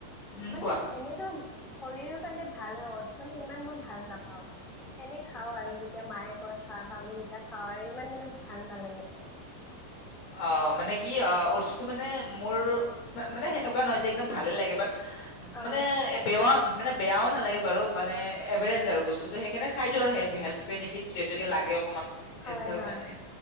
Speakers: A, on the left; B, in the centre.
A: উম
B: মানে
A: কোৱা
B: এনেটো শৰীৰৰ কাৰণে ভাল হয় ওটচ মানে ইমান মই ভাল নাপাও। এনে খাওঁ আৰু তেতিয়া মায়ে কয় খা খা বুলি যেতিয়া খাওঁ আৰু ইমান মানে ভাল নালাগে মোৰ।
A: অ মানে কি অ অটছটো মানে মোৰ মানে সেনেকুৱা নহয় যে একদম ভালে লাগে বাট
B: অ
A: মানে
B: আচ্ছা
A: বেয়া মানে বেয়াও নালাগে বাৰু মানে এভাৰেজ আৰু বস্তুতটো সেইকাৰণে খাই দিওঁ আৰু হেল্থ বেনিফিট যিহেতুকে লাগে অকণমান।
B: হয়
A: হেল্থৰ
B: হয়
A: কাৰণে